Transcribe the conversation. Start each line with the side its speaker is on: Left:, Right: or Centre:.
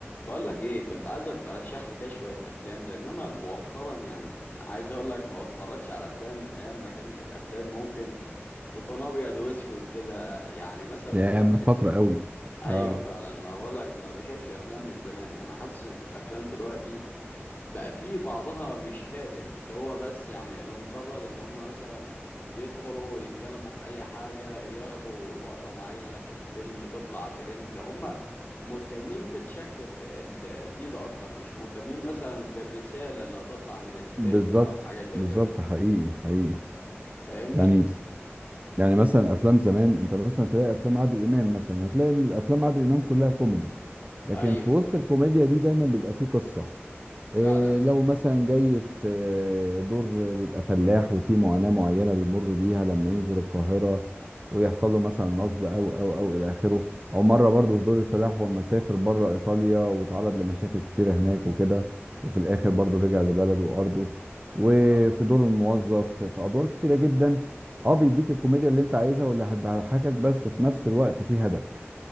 Left: بقول لك ايه كنت عايزك ترشح لي كده شويه افلام لان انا مؤخرا يعني عايز اقول لك ما بتفرجش على افلام من ايام ما كانت الافلام ممكن تكون ابيض واسود كده يعني مثلا
Right: يعني
Left: ما
Right: من
Left: بقتش
Right: فترة قوي
Left: ايوه
Right: اه
Left: فعلا ما بقول لك ما بشوفش افلام من زمان يعني حاسس ان الافلام دلوقتي بقى في بعضها مش هادف اللي هو بس يعني لمجرد ان هم مثلا يدخلوا يتكلموا في اي حاجة ياخدوا لقطة معينة في الفيلم تطلع ترند هم مهتمين بالشكل ال ال دي ده اكتر مش مهتمين مثلا بالرسالة اللي هتطلع من الفيلم
Right: بالظبط
Left: او حاجة زي
Right: بالظبط
Left: كده
Right: حقيقي حقيقي
Left: فاهمني
Right: يعني يعني مثلا افلام زمان انت مثلا تلاقي افلام عادل امام مثلا هتلاقي ان افلام عادل امام كلها كوميدي لكن
Left: ايوه
Right: في وسط الكوميديا دي دايما بيبقى فيه قصة
Left: فعلا
Right: إيه لو مثلا جاي في آه، دور بيبقى فلاح وفي معاناة معينة بيمر بيها لما ينزل القاهرة ويحصل له مثلا نصب أو أو أو إلى آخره أو مرة برضو في دور الفلاح وأما سافر بره إيطاليا واتعرض لمشاكل كتيرة هناك وكده وفي الآخر برضو رجع لبلده وأرضه وفي
Left: فعلا
Right: دور الموظف في أدوار كتيرة جدا أه بيديك الكوميديا اللي أنت عايزها واللي هتضحكك بس في نفس الوقت في هدف